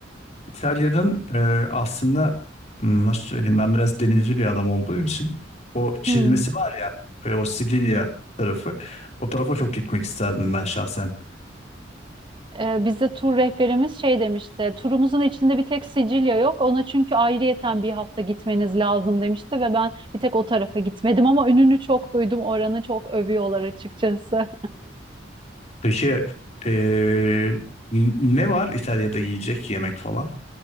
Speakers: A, on the left; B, on the right.
A: İtalya'nın e, aslında hmm, nasıl söyleyeyim ben biraz denizci bir adam olduğum için o çizmesi
B: Hmm.
A: var ya e, o Sicilya tarafı. O tarafa çok gitmek isterdim ben şahsen.
B: Ee, bize tur rehberimiz şey demişti. Turumuzun içinde bir tek Sicilya yok. Ona çünkü ayrıyeten bir hafta gitmeniz lazım demişti ve ben bir tek o tarafa gitmedim ama önünü çok duydum. Oranı çok övüyorlar açıkçası.
A: Peki eee, n- ne var İtalya'da yiyecek yemek falan?